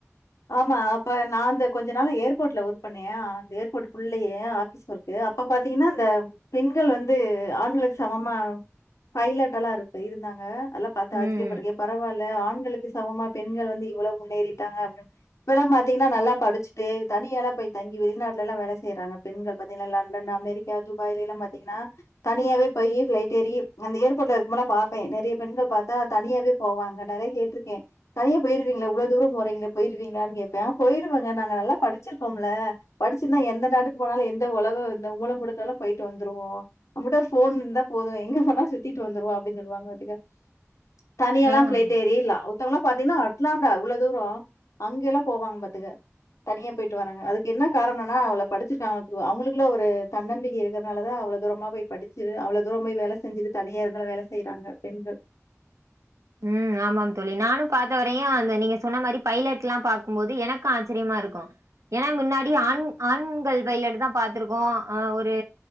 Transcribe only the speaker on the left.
ஆமா அப்ப நா இந்த கொஞ்ச நாள ஏர்போர்ட்ல ஒர்க் பண்ணேனா ஏர்போர்டுக்குள்ளயே ஆபீஸ் ஒர்க்க அப்ப பாத்தீங்கன்னா அந்த பெண்கள் வந்து ஆண்களுக்கு சமமா பைலட்டலா இருக்கு இருந்தாங்க தெல்லாம் பாத்து ஆச்சரியப்பட்டிக்கே
எ பரவாயல ஆண் பெண்களுக்கு சமமா பெண்கள் வந்து எவ்வளோ முன்னேறிட்டாங்க அப்டின் இப்பெல்லாம் பாத்தீங்கன்னா நல்லா படிச்சுட்டு தனியால்லா போய் தங்கி வெளிநாட்டெல்லா வேலை செய்யறாங்க பெண்கள் பாத்தீங்கன்னா லண்டன் அமெரிக்கா துபாய்லேல்லா பாத்தீங்கன்னா தனியாவே போய் ஃபிளைட் ஏறி அந்த ஏர்போர்ட் இருக்கும்போலா பாபே நெறைய பெண்கள் பாத்தா தனியாவே போவாங்க நெறைய கேட்டுக்கே தனியா போயிருவீங்கள இவ்ளோதூரம் போறீங்களே போயிருவீங்களனு கேப்பே போயிருவேங்க நாங்க நல்லா படிச்சிருக்கோம்ல படிச்சிருந்தா எந்த நாட்டுக்கு போனாலும் எந்த உலகம் எந்த மூல முடுக்கெல்லா போயிட்டு வந்துருவோ நம்மிட்ட ஒரு ஃபோன் இருந்தா போதும் எங்க போனாலு சுத்திட்டு வந்துருவோ அப்டின்னு சொல்லுவாங்க பாத்துக்க தனியால்லா
ஃப்ளைட் ஏறில்லா மத்தவங்களாம் பாத்தீங்கன்னா அட்லாண்டா எவ்ளோதூரோ அங்க எல்லா போவாங்க பாத்துங்க தனியா போயிட்டு வராங்க அதுக்கு என்ன காரணம்னா அவளோ படிச்சிருக்காங்க அவுங்களுக்குள்ள ஒரு தன்னம்பிக்க இருக்கிறதுனால தா அவ்ளோ தூரமா போய் படிச்சு அவ்ளோ தூரம் போய் வேலை செஞ்சுட்டு தனியா இருந்தாலும் வேலை செய்யறாங்க பெண்கள்